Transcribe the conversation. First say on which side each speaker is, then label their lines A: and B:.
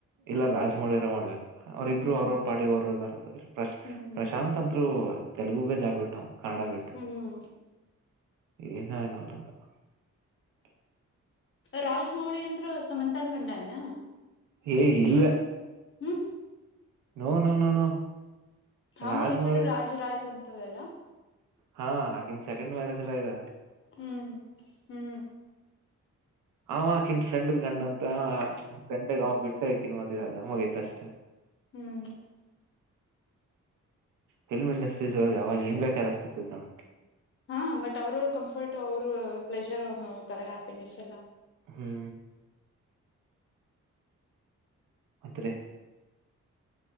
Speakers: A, on the right; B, on the left.
A: ಇಲ್ಲ ರಾಜಮೌಳಿಯಾರ ಮಾಡ್ಬೇಕು ಅವ್ರಬ್ರು
B: ಹ್ಮ್
A: ಅವ್ರ ಅವ್ರ ಪಾರ್ಟಿ ಅವ್ರಾರ ಪ್ರಶ
B: ಹ್ಮ್
A: ಪ್ರಶಾಂತ್ ಅಂದ್ರು ತೆಲುಗುಗೆ ಜಾರ್ ಬಿಟ್ಟು ಕನ್ನಡ ಬಿಟ್ಟ
B: ಹ್ಮ್
A: ಏನ ಅನದು <inaudible>
B: ರಾಜಮೌಳಿ ಅಂದ್ರ ಸಮಂತನ್ ಗಂಡ ನ
A: ಏ ಇಲ್ಲ
B: ಹ್ಮ್
A: ನೋ ನೋ ನೋ
B: ಅವಂದ್
A: ರಾಜ್ಮೌಳಿ
B: ಹೆಸರು ರಾಜ ರಾಜ್ ಅಂತದಲ್ಲ
A: ಹಾ ಹಕಿನ ಸೆಕೆಂಡ್ ಮ್ಯಾರೇಜ್ ಎಲ್ಲಾ ಇದೆನ್
B: ಹ್ಮ್ ಹ್ಮ್
A: ಅವಕನ್ ಫ್ರೆಂಡ್ದ್ ಗಂಡ್ ಅಂತ ಫ್ರೆಂಡಗ ಅವ ಬಿಟ್ಟಕನ್ ಮದ್ವೆ ಅದ ಮಗೈತ್ ಅಷ್ಟ
B: ಹ್ಮ್
A: ಫಿಲ್ಮ್ ಇಂಡಸ್ಟ್ರೀಳ ಯಾವಾಗ ಏನ್ ಬೇಕಾದ ಆಗ್ತಿತಿ ತ
B: ಹಾ ಬಟ್ ಅವ್ರ ಕಂಫರ್ಟ್ ಅವರು ಪ್ಲೆಜರ್ ಅವ್ರು ನೋಡ್ತಾರೆ ಹ್ಯಾಪಿನೆಸ್ ಎಲ್ಲ
A: ಹ್ಮ್ ಮತ್ತೆ